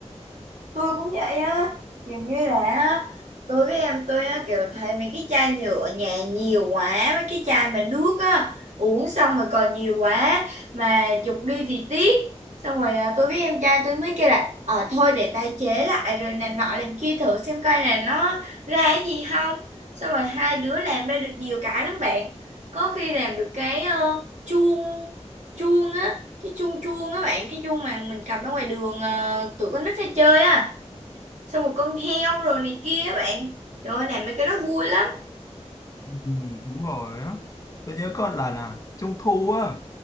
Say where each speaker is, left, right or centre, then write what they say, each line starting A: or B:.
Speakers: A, on the right; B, on the left.
A: tôi cũng vậy á kiểu như là á, tôi với em tôi á kiểu thấy mấy cái chai nhựa ở nhà nhiều quá mấy cái chai mà nước á uống xong rồi còn nhiều quá mà giục đi thì tiếc xong rồi à, tôi với em trai tôi mới kêu là ờ thôi để tái chế lại rồi làm nọ làm kia thử xem coi là nó ra cái gì không xong rồi hai đứa làm ra được nhiều cái lắm bạn có khi làm được cái ờ, chuông chuông á cái chuông chuông á bạn cái chuông mà mình cầm ra ngoài đường ờ, tụi con nít ra chơi á xong một con heo rồi này kia á bạn trời ơi làm mấy cái đó vui lắm
B: Ừ, đúng rồi đó tôi nhớ có lần là trung thu á